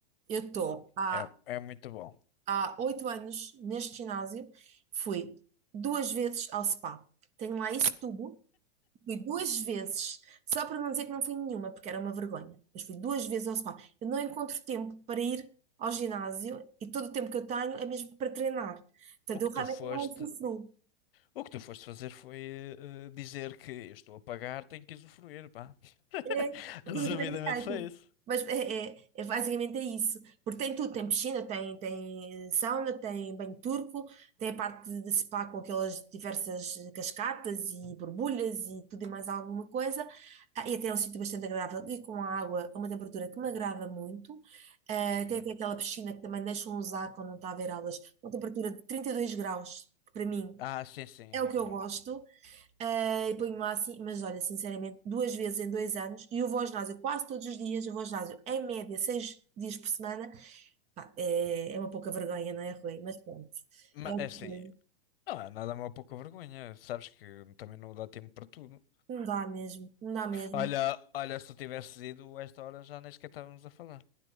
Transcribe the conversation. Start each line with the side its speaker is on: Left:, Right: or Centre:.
Right: Eu estou há,
Left: É, é muito bom.
Right: há oito anos neste ginásio. Fui duas vezes ao spa. Tenho lá esse tubo. Fui duas vezes, só para não dizer que não fui nenhuma, porque era uma vergonha. Mas fui duas vezes ao spa. Eu não encontro tempo para ir ao ginásio e todo o tempo que eu tenho é mesmo para treinar. Portanto,
Left: O
Right: eu
Left: que
Right: realmente
Left: tu foste
Right: não usufruo.
Left: O que tu foste fazer foi eh, dizer que eu estou a pagar, tenho que usufruir, pá.
Right: É,
Left: <laughs>
Right: tudo
Left: Resumidamente
Right: que tem no site.
Left: foi isso.
Right: Mas é, é, é basicamente é isso. Porque tem tudo, tem piscina, tem, tem sauna, tem banho turco, tem a parte de spa com aquelas diversas cascatas e borbulhas e tudo e mais alguma coisa. Ah, E até é um sítio bastante agradável e com a água a uma temperatura que me agrada muito. Ah, tem
Left: Hum.
Right: até aquela piscina que também deixam usar quando não está a haver aulas, uma temperatura de 32 graus, que para mim
Left: Ah, sim, sim,
Right: é
Left: é muito
Right: o que eu
Left: bom.
Right: gosto. Ah, e ponho lá assim, mas olha, sinceramente, duas vezes em dois anos, e eu vou ao ginásio quase todos os dias, eu vou ao ginásio em média seis dias por semana, Pá, é, é uma pouca vergonha, não é, Rui? Mas pronto, é,
Left: Mas
Right: o
Left: é assim,
Right: que é.
Left: não há nada mal pouca vergonha. Sabes que também não dá tempo para tudo.
Right: não dá mesmo, não dá mesmo.
Left: Olha, olha, se tu tivesses ido a esta hora já nem sequer estávamos a falar.